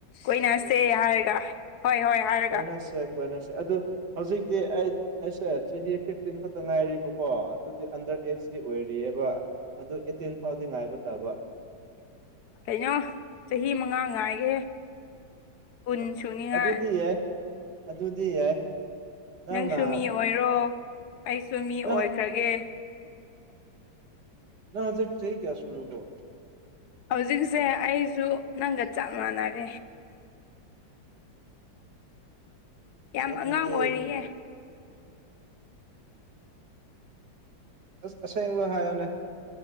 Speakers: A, on the left; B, on the right.
A: ꯀꯣꯏꯅꯁꯦ ꯍꯥꯏꯔꯒ ꯍꯣꯏ ꯍꯣꯏ ꯍꯥꯏꯔꯒ
B: ꯀꯣꯏꯅꯁꯦ ꯀꯣꯏꯅꯁꯦ ꯑꯗꯨ ꯍꯧꯖꯤꯛꯇꯤ ꯑꯩ ꯑꯩꯁꯦ ꯆꯍꯤ ꯐꯤꯐꯇꯤꯟ ꯈꯛꯇ ꯉꯥꯏꯔꯤꯕꯀꯣ ꯑꯗꯨꯗꯤ ꯑꯟꯗꯔ ꯑꯦꯖꯀꯤ ꯑꯣꯏꯔꯤꯑꯕ ꯑꯗꯨ ꯑꯦꯇꯤꯟ ꯐꯥꯎꯗꯤ ꯉꯥꯏꯕ ꯇꯥꯕ
A: <inaudible> ꯀꯩꯅꯣ ꯆꯍꯤ ꯃꯉꯥ ꯉꯥꯏꯒꯦ ꯀꯨꯟ
B: ꯑ
A: ꯁꯨꯅꯤꯉꯥꯏ
B: ꯑꯗꯨꯗꯤ ꯌꯥꯏ ꯑꯗꯨꯗꯤ ꯌꯥꯏ ꯅꯪꯅ
A: ꯅꯪꯁꯨ ꯃꯤ ꯑꯣꯏꯔꯣ ꯑꯩꯁꯨ ꯃꯤ
B: ꯅꯪ
A: ꯑꯣꯏꯈ꯭ꯔꯒꯦ
B: ꯅꯪ ꯍꯧꯖꯤꯛ ꯆꯍꯤ ꯀꯌꯥ ꯁꯨꯔꯕꯣ
A: ꯍꯧꯖꯤꯛꯁꯦ ꯑꯩꯖꯨ ꯅꯪꯒ ꯆꯞ ꯃꯥꯟꯅꯔꯦ ꯌꯥꯝ
B: ꯑꯁ ꯑꯗꯨꯗꯤ
A: ꯑꯉꯥꯡ ꯑꯣꯏꯔꯤꯌꯦ
B: ꯑꯁ ꯑꯁꯦꯡꯕ ꯍꯥꯏꯌꯣꯅꯦ